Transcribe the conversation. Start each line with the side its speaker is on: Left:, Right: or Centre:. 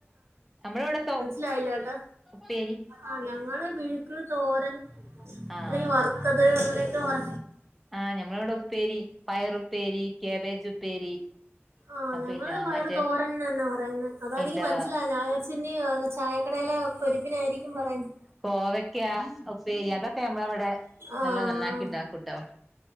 Centre: നമ്മുടെ ഇവിടെ-
Right: ലായില്ലേട്ടാ.
Centre: പേരി.
Right: ആഹ് ഞങ്ങള് പിഴുക്കള്, തോരൻ,
Centre: ആഹ്
Right: അല്ലെങ്കിൽ വറുത്തത്, അങ്ങനെയൊക്കെ പറ.
Centre: ആഹ് ഞമ്മള ഇവിടെ ഉപ്പേരി, പയറ് പ്പേരി, കേബേജ് ഉപ്പേരി-
Right: ആഹ് ഞങ്ങള്
Centre: പിന്നെ
Right: പയറ്
Centre: മറ്റേ
Right: തോരൻ- ന്നന്നെ പറയുന്നെ, അതാ എനിക്ക്
Centre: എന്താ
Right: മനസ്സിലാവാഞ്ഞെ. ചിന്നിയ ചായക്കടയിലെ- പൊരിപ്പിനായിരിക്കും പറയുന്നെ
Centre: കോവക്കാ ഉപ്പേരി, അതോക്കെ അമ്മ ഇവിടെ-
Right: ആഹ്
Centre: നല്ല നന്നാക്കി ഉണ്ടാക്കൂട്ടോ.